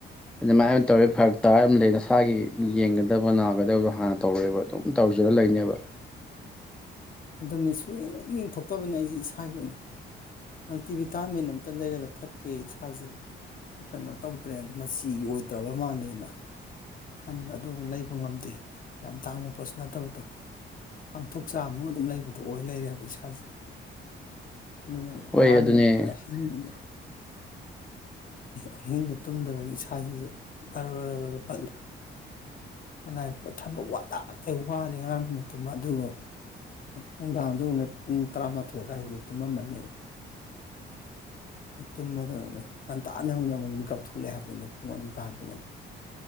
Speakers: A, in the centre; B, on the left (about 45°).
A: ꯑꯗꯨꯃꯥꯏꯅ ꯇꯧꯔꯦ ꯐꯔꯛ ꯇꯥꯔ ꯑꯃ ꯂꯩꯅ ꯏꯁꯥꯒꯤ ꯌꯦꯡꯒꯗꯕ ꯅꯥꯒꯗꯕꯗꯣ ꯍꯥꯟꯅ ꯇꯧꯔꯑꯦꯕ ꯑꯗꯨꯝ ꯇꯧꯖꯔ ꯂꯩꯅꯦꯕ
B: ꯑꯗꯨꯅꯦ ꯁꯨꯡ ꯌꯦꯡꯊꯣꯛꯇꯕꯅꯦ ꯑꯩꯁꯦ ꯏꯁꯥꯒꯤ ꯑꯣꯏꯅ ꯃꯜꯇꯤꯚꯤꯇꯥꯃꯤꯟ ꯑꯝꯇ ꯂꯩꯔꯒ ꯊꯛꯀꯦ ꯏꯁꯥꯁꯦ ꯀꯩꯅꯣ ꯇꯧꯗ꯭ꯔꯦꯅ ꯃꯆꯤ ꯑꯣꯏꯗ꯭ꯔꯕ ꯃꯥꯜꯂꯦꯅ ꯈꯟꯕ ꯑꯗꯨꯕꯨ ꯂꯩꯕ ꯉꯝꯗꯦ ꯌꯥꯝ ꯇꯥꯡꯕ ꯄꯣꯠꯁꯨ ꯅꯠꯇꯕꯗꯣ ꯄꯥꯡꯊꯣꯛ ꯆꯥꯃꯒ ꯑꯗꯨꯝ ꯂꯩꯕꯗꯣ ꯑꯣꯏ ꯂꯩꯔꯦꯕ ꯏꯁꯥꯁꯦ ꯑꯗꯨꯅ <unintelligible>
A: ꯍꯣꯏ ꯑꯗꯨꯅꯦ
B: ꯑꯍꯤꯡꯗ ꯇꯨꯝꯗꯕꯒꯤ ꯏꯁꯥꯁꯤꯁꯨ ꯕꯔ ꯕꯔꯔꯒ ꯄꯠꯂꯦ ꯀꯅꯥ ꯊꯕꯛ ꯋꯥ ꯑꯇꯩ ꯋꯥꯔꯦ ꯑꯉꯥꯡ ꯅꯨꯃꯤꯠꯇꯨꯝꯃ ꯑꯗꯨꯒ ꯅꯨꯡꯗꯥꯡꯗꯨꯅ ꯄꯨꯡ ꯇꯔꯥꯃꯥꯊꯣꯏ ꯑꯗꯨꯋꯥꯏꯗꯗꯤ ꯇꯨꯝꯃꯃꯅꯤ ꯑꯩꯩꯅ ꯇꯨꯝꯃꯒꯩꯅꯦ ꯉꯟꯇꯥꯥꯅ ꯑꯃꯨꯛ ꯃꯤꯀꯞꯊꯣꯛꯂꯛꯑꯦ ꯍꯥꯏꯕꯅꯤꯗ ꯄꯨꯡ ꯑꯅꯤ ꯇꯥꯗ꯭ꯔꯤꯉꯩꯗ